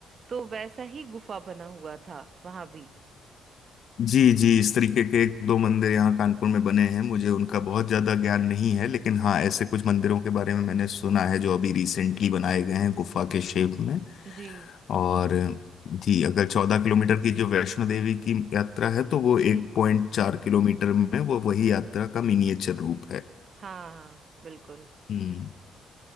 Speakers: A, on the right; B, on the left.
A: तो वैसा ही गुफा बना हुआ था वहां भी
B: जी जी इस तरीके के एक दो मंदिर यहाँ कानपुर में
A: जी
B: बने हैं मुझे उनका बहुत ज्यादा ज्ञान नहीं है लेकिन हाँ ऐसे कुछ मंदिरों के बारे में मैंने सुना है जो अभी रिसेंटली बनाए गए हैं गुफा के शेप में
A: जी
B: और जी अगर चौदह किलोमीटर की जो वैष्णो देवी की यात्रा है तो वो
A: जी
B: एक पॉइंट चार किलोमीटर में वो वही यात्रा का मिनिएचर रूप है
A: हाँ हाँ, बिल्कुल
B: हम्म